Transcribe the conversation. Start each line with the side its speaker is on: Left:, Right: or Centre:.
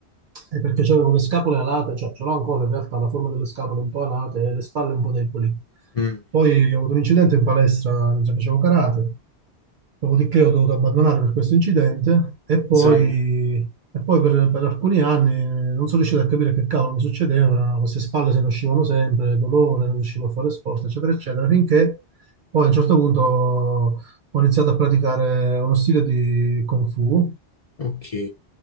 Right: è perché avevo le scapole alate, cioè ce l'ho ancora in realtà la forma delle scapole un po' alate e le spalle un po' deboli.
Left: mm.
Right: Poi ho avuto un incidente in palestra mentre facevo karate, dopodiché ho dovuto abbandonare per questo incidente e poi,
Left: Insomma.
Right: e poi per, per alcuni anni non sono riuscito a capire che cavolo mi succedeva, queste spalle se ne uscivano sempre, dolore, non riuscivo a fare sport, eccetera, eccetera, finché poi a un certo punto ho iniziato a praticare uno stile di Kung Fu
Left: Ok.